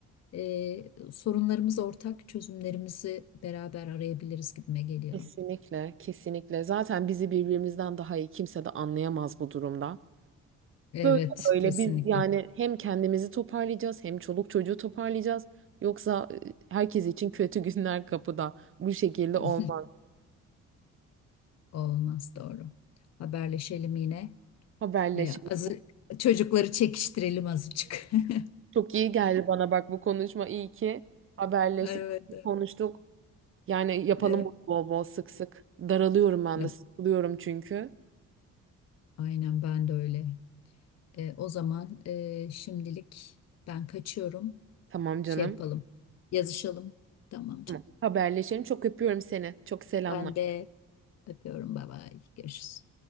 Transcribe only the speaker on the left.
e, sorunlarımız ortak, çözümlerimizi beraber arayabiliriz gibime geliyor.
Evet,
kesinlikle.
<laughs>
Olmaz doğru. Haberleşelim yine.
E, azı, çocukları çekiştirelim azıcık. <laughs>
Evet, evet.
evet.
Ya,
aynen ben de öyle. E, o zaman e, şimdilik ben kaçıyorum.
Şey yapalım. Yazışalım. Tamam canım.
Ben de öpüyorum. Bay bay. Görüşürüz.